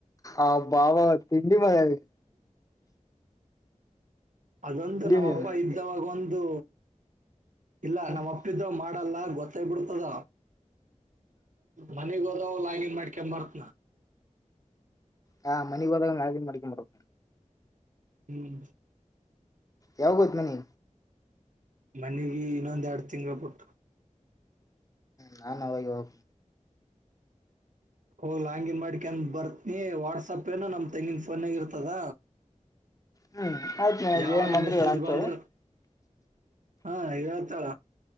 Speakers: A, on the left; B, on the right.
A: ಆ ಬಾವ ತಿಂಡಿ ಮಡಿವಯ್ <inaudible>
B: ಅದೊಂದು ನಮ್ಮ
A: ನೀನು
B: ಅಪ್ಪ ಇದ್ದವಾಗೊಂದು ಇಲ್ಲ
A: ಹ್ಮ್
B: ನಮ್ಮ ಅಪ್ಪ ಇದ್ದ ಮಾಡ್ ನಲ್ಲ್ ನೋಡಿ ಗೊತ್ತಾಗ್ ಬಿಡ್ತದ ಮನಿಗ್ಹೋದವ ಲಾಗಿನ್ ಮಾಡ್ಕೊ ಬರ್ತ್ನ
A: ಹಾ ಮನಿಗ್ ಹೋದಗ ಲಾಗಿನ್ ಮಾಡ್ಕಂಡುಬರ್
B: ಹ್ಮು
A: ಯಾವಗ್ ಬತ್ತಿ ನಿ
B: ಮನೀಗಿ ಇನ್ನೊಂದ್ ಎರಡು ತಿಂಗುಳು ಬಿುಟ್ಟು
A: ನಾನೇ ಹೋಗಿವಗ್
B: ಹೋಗ್ ಲಾಗಿನ್ ಮಾಡ್ಯಕಂಡು ಬರ್ತ್ನಿ ವಾಟ್ಸಪ್ ಏನು ನಮ್ ತೆಂಗಿನ ಫೋನ್ ಆಗೆ ಇರ್ತದ
A: ಹ್ಮು ಆಯ್ತ್ಮು
B: ಯಾವನ್
A: ಏನ್ ಮಾಡಿದ್ರು
B: ಮೆಸೇಜ್
A: ಅಂತೇ
B: ಬಂದ್ರ ಹಾ ಹೇಳ್ತಳ